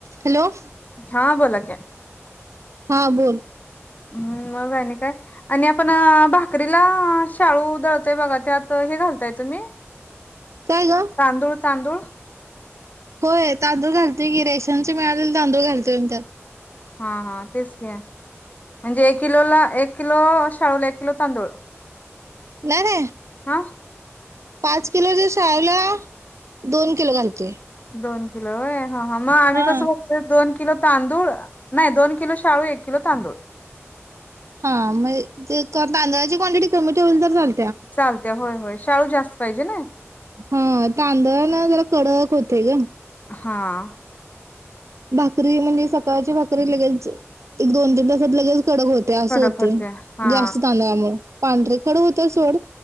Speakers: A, on the right; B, on the left.
A: Hello
B: हा बोला की.
A: हा बोल.
B: हम्म मग आणि काय आणि आपण भाकरीला शाळू दळतोय बघा. त्यात हे घालताय तुम्ही.
A: काय ग.
B: तांदूळ तांदूळ
A: होय तांदूळ घलतोय की. रेशनचे मिळाले तांदूळ घालतोय मी त्यात.
B: हा हा तेच घ्या. म्हणजे एक किलोला एक किलो शाळूला एक किलो तांदूळ.
A: नाई नाई.
B: <inaudible>
A: पाच किलोच्या शाळूला दोन किलो घालतोय.
B: दोन किलो व्हय हां हां म आम्ही
A: हा
B: कसं दोन किलो तांदूळ नाई दोन किलो शाळू. एक किलो तांदूळ.
A: हा म ते तांदळाची क्वांटिटी कमी ठेवली तर चाल
B: चालत्या होय होय शाळू जास्त पाहिजे ना.
A: ह तांदळानं जरा कडक होतय ग.
B: हां
A: भाकरी म्हणजे सकाळची भाकरी लगेच एक दोन ते सात लगेच कडक होतय असं
B: कडक
A: होतय
B: होत्या हा
A: जास्त तांदळामुळ. पांढरी खड होत्या सोड